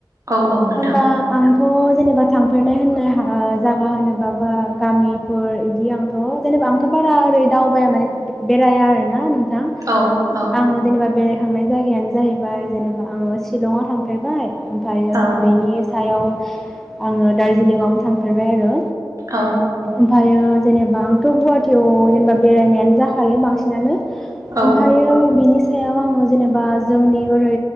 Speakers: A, on the right (about 40°); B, in the centre.
A: औ औ नोंथां
B: होनबा आं थ' जेनेबा थांफेरनाय होननाय जायगा होनोबा बा गामि फोर बिदि आंथ' जेनेबा आंथ' बारा ओरै दावबाया माने बेराया आरो ना नों थां
A: औ औ
B: आङो जेनेबा बे थांनाय जायगायानो जाहैबाय जेनेबा आङो शिलंआव थांफेरबाय ओमफ्रायो
A: औ
B: बेनि सायाव आङो दार्जिलिंआवबो थांफेरबाय आरो
A: औ।
B: ओमफ्रायो जेनेबा आंथ' गुवाहाटियाव जेनेबा बेरायनायानो जाखायो बांसिनानो
A: औ
B: ओमफ्रायो बेनि सायाव आङो जेनेबा जोंनि ओरै